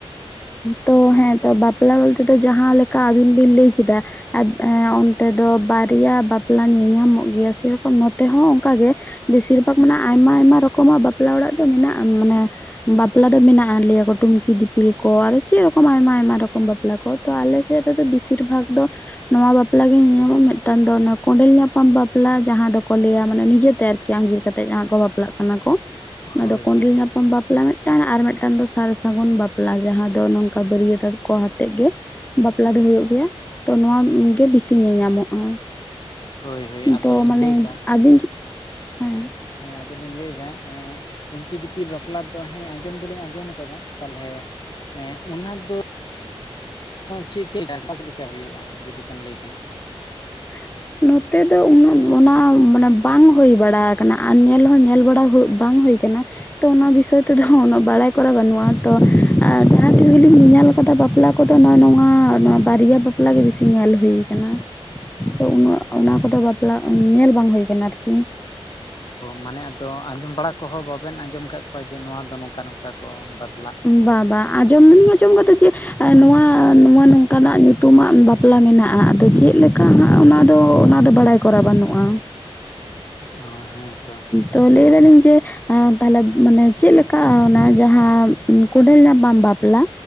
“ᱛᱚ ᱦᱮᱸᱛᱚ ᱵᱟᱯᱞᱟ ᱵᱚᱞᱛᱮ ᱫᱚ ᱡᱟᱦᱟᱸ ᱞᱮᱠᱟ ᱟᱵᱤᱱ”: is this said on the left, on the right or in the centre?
Left